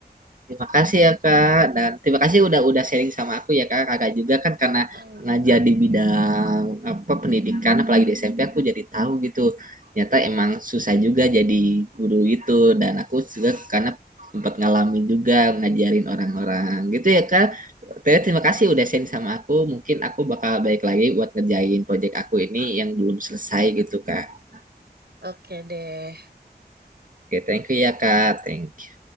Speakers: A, on the right; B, on the right.
A: Terima kasih ya Kak dan terima kasih udah udah sharing sama aku ya Kak. Kakak juga kan karena
B: Heeh.
A: ngajar di bidang apa pendidikan apalagi di SMP aku jadi tahu gitu. Ternyata emang susah juga jadi guru itu dan aku juga karena sempat ngalamin juga ngajarin orang-orang gitu ya Kak. Ternyata Terima kasih udah sharing sama aku. Mungkin aku bakal balik lagi buat ngerjain project aku ini yang belum selesai gitu Kak.
B: Oke deh.
A: Oke, thank you ya Kak. Thank